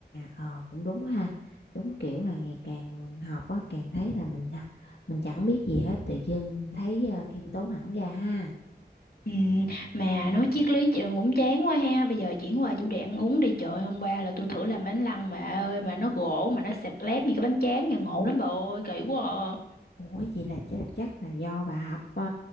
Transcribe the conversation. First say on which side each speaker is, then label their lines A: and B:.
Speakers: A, on the left (about 75°); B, on the left (about 60°).
A: ờ, cũng đúng ha. Đúng kiểu là ngày càng học á, càng thấy là mình à, mình chẳng biết gì hết, tự dưng thấy ờ, khiêm tốn hẳn ra ha.
B: Ừ, mà nói triết lý trường cũng chán quá ha, bây giờ chuyển qua chủ đề ăn uống đi trời, hôm qua là tôi thử làm bánh lăng bà ơi, mà nó gỗ mà nó xẹp lép như cái bánh tráng nhà ngộ lắm bà ơi, kỳ quá à.
A: Ủa vậy là chắc, chắc là do bà hấp ờ,